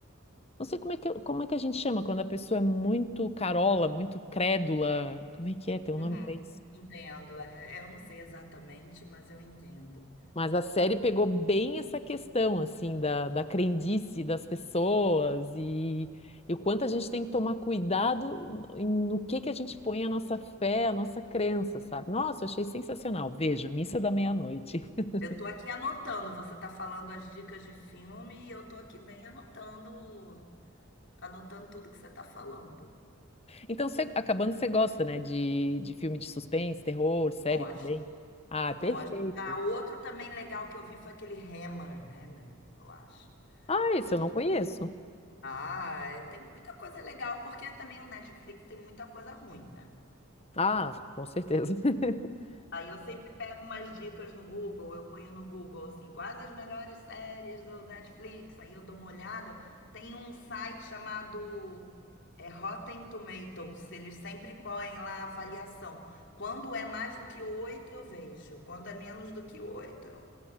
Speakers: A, on the left; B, on the left.
A: Não sei como é que, como é que a gente chama quando a pessoa é muito carola, muito crédula. Como é que é? Tem um
B: Uhum.
A: nome pra isso?
B: Entendo. É, eu não sei exatamente, mas eu entendo.
A: Mas a série pegou bem essa questão, assim, da, da crendice das pessoas e, e o quanto a gente tem que tomar cuidado em- no que que a gente põe a nossa fé, a nossa crença, sabe? Nossa, eu achei sensacional. Veja, Missa da Meia-Noite. <laughs>
B: Eu tô aqui anotando. Você tá falando as dicas de filme e eu tô aqui bem anotando, anotando tudo que você tá falando.
A: Então, você- acabando, você gosta, né, de, de filme de suspense, terror, série
B: Gosto,
A: também? Ah, é perfeito.
B: gosto. Ah, outro também legal que eu vi foi aquele Hammer, Hammer, eu acho.
A: Ah, esse
B: E
A: eu não conheço.
B: ah, é, tem muita coisa legal porque também o Netflix tem muita coisa ruim, né?
A: Ah, com certeza. <laughs>
B: Aí eu sempre pego umas dicas no Google, eu ponho no Google, assim, quais as melhores séries do Netflix, aí eu dou uma olhada. Tem um site chamado é, Rotten Tomatoes, eles sempre põem lá a avaliação. Quando é mais do que oito, eu vejo. Quando é menos do que oito, eu